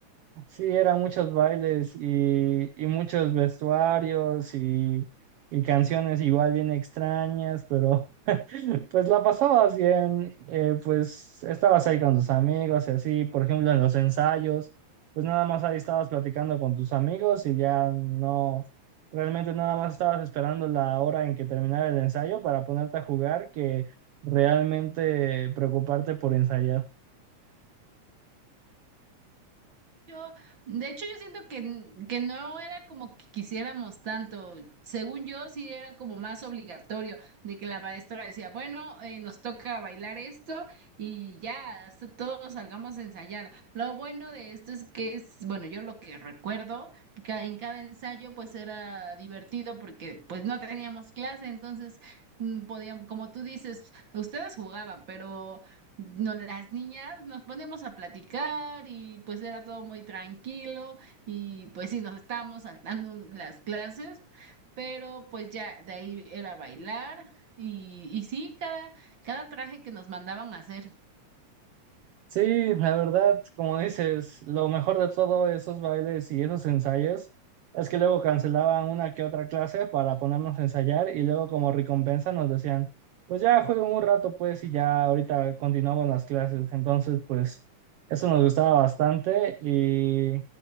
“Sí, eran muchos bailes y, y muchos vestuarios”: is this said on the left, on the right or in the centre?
Right